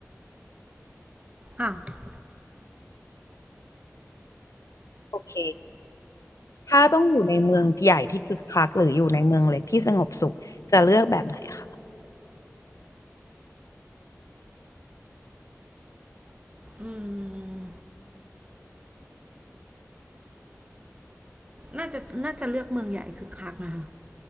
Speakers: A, on the right; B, on the left.
A: อ่ะ
B: โอเค ถ้าต้องอยู่ในเมืองใหญ่ที่คึกคักหรืออยู่ในเมืองเล็กที่สงบสุขจะเลือกแบบไหนคะ
A: อืมน่าจะ น่าจะเลือกเมืองใหญ่คือคักนะคะ